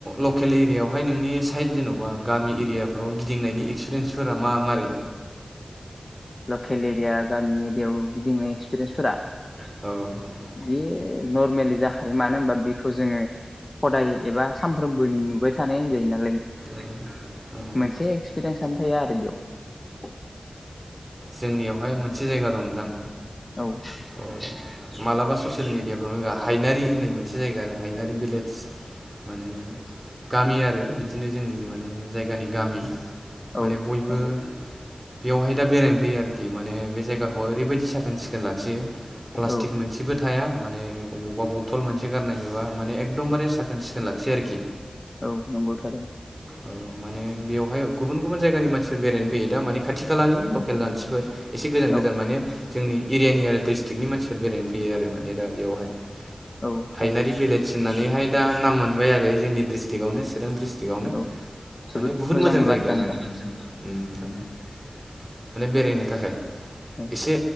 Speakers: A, on the right (about 20°); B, on the left (about 40°).
A: लकेल एरियायावहाय नोंनि साइद जेन'बा गामि एरियाफोराव गिदिंनायनि एक्सपिरियेन्सफोरा मा मारै?
B: लखेल एरिया गामि एरिायाव गिदिंनाय एक्सपिरियेन्सफोरा
A: बे
B: बेयो नर्मेलि जाखायो मानो होनबा बेखौ जोङो हदाय एबा सानफ्रोमबोनि नुबाय थानाय होनजायो नामा
A: नालाय
B: मोनसे एक्सपिरियेन्सनो थाया आरो बेयाव
A: जोंनियावहाय मोनसे जायगा दंथां।
B: औ
A: अ। मालाबा ससियेल मिडियाफ्राव होआ हायनारि होननाय मोनसे जायगा आरो हायनारि भिलेज माने गामि आरो बिदिनो जोंनि माने जायगानि गामि। माने
B: औ
A: बयबो
B: नंगौ
A: बेवहाय दा बेरायनो फैयो आरोखि माने बे जायगाखौ ओरैबायदि साखोन सिखोन ला खियो प्लासतिक
B: औ
A: मोनसेबो थाया माने अबावबा बटल मोनसे गारनाय नुबा माने एख दमबारे साखोन सिखोन लाखियो आरोखि।
B: औ नंगौ थारैनो
A: औ माने बेवहाय गुबुन गुबुन जायगानि मानसिफोर बेरायनो फैयो दा माने खाथि खालानि लकेल मानसिफोर एसे गोजान
B: औ
A: गोजान माने जोंनि एरियानि आरो डिस्ट्रिक्टनि मानसिफोर बेरायनो फैयो आरो माने दा इयावहाय।
B: औ थारैनो
A: हायनारि भिलेज होननानैहाय दा नाम मोनबाय आरो जोंनि डिस्ट्रिक्टआवनो चिरां डिस्ट्रिक आवनो
B: औ जोबोद
A: माने बहुत
B: मोजांनि
A: मोजां जायगायाहाय।
B: बाथ्रा नोंथां
A: ओम नोंथां माने बेरायनो थाखाय
B: औ
A: एसे